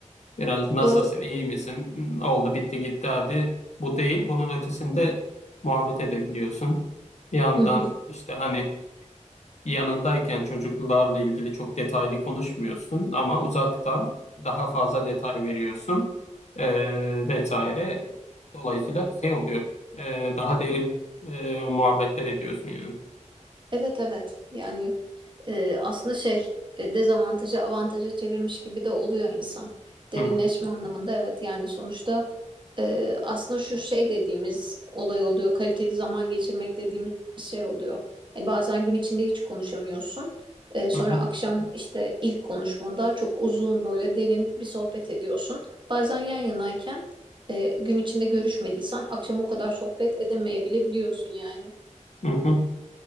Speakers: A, on the left; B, on the right.
A: biraz nasılsın,
B: Doğru.
A: iyi misin? Hmm, Oldu, bitti, gitti hadi. Bu değil. Bunun ötesinde muhabbet edebiliyorsun. Bir yandan
B: Hı hı.
A: işte hani Yanındayken çocuklarla ilgili çok detaylı konuşmuyorsun ama uzaktan daha fazla detay veriyorsun e, vesaire. Dolayısıyla şey oluyor, e, daha derin e, muhabbetler ediyorsun yani.
B: Evet evet. Yani e, aslında şey e, dezavantajı avantaja çevirmiş gibi de oluyor insan. Derinleşme
A: Hı hı,
B: anlamında evet yani sonuçta e, aslında şu şey dediğimiz olay oluyor. Kaliteli zaman geçirmek dediğimiz şey oluyor. Hani bazen gün içinde hiç konuşamıyorsun. E, sonra
A: hı hı,
B: akşam işte ilk konuşmada çok uzun böyle derin bir sohbet ediyorsun. Bazen yan yanayken e, gün içinde görüşmediysen akşam o kadar sohbet edemeyebiliyorsun yani.
A: hı hı.